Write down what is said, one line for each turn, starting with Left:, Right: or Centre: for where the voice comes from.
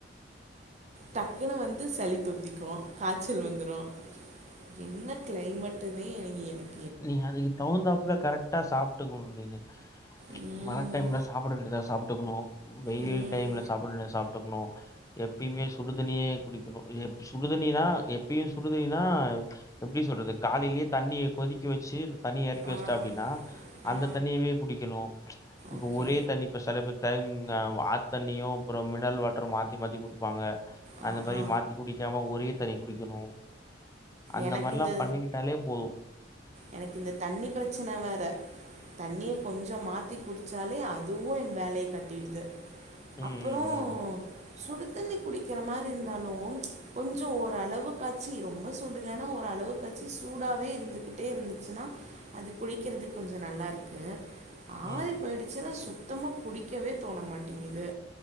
Right: டக்குனு வந்து சளி தொத்திக்கு காச்சல் வந்துரு என்ன கிளைமட்டுமே எங் எனக்
Left: நீ அதுக்கு தகுந்தாப்புல கரெக்டா சாப்ட்டுக்கணு நீனு
Right: ம்
Left: மழை டைம்ல சாப்பிட வேண்டியதா சாப்ட்டுக்கணு வெயில்
Right: ம்
Left: டைம்ல சாப்பிட வோண்டியது சாப்ட்டுக்கணு எப்பயுமே சுடுதண்ணியே குடிக்கணு சுடுதண்ணிதா எப்பயு சுடுதண்ணிதா எப்டி சொல்றது காலைலே தண்ணி கொதிக்க வச்சு தண்ணிய எறக்கி வச்சுட்ட
Right: ஆம்
Left: அப்டினா அந்த
Right: ஆ
Left: தண்ணியவே குடிக்கணு இப்ப
Right: ஓகே
Left: ஒரே தண்ணிப்ப செலபேத்து டைம் ஆத்தண்ணியு அப்பறோ மினரல் வாட்டர் மாத்தி மாத்தி குடிப்பாங்க
Right: ஆ
Left: அந்த மாரி
Right: ஆ
Left: மாத்தி குடிக்காம ஒரே தண்ணி குடிக்கணு அந்த
Right: எனக்கு
Left: மாரிலா
Right: இந்த
Left: பண்ணிக்கிட்டாலே போது
Right: எனக்கு இந்த தண்ணி பிரச்சன வேற தண்ணிய கொஞ்சோ மாத்தி குடிச்சாலே அதுவு எ வேலய காட்டிருது
Left: ம்,
Right: அப்பறோ
Left: ம், ம்.
Right: சுடு தண்ணி குடிக்கிற மாரி ட்டு இருந்தாலு ச் கொஞ்சோ ஓரளவு காச்சி ரொம்ப சூடில்லேனா ஒரு அளவுக்காச்சி சூடாவே இருந்துகிட்டு ட்டே இருந்துச்சுன்னா அது குடிக்கிறது கொஞ்சோ நல்லா இருக்கு
Left: ம்,
Right: ஆறி போய்டுச்சுன்னா சு சுத்தமா குடிக்கவே தோண மாட்டேங்கிது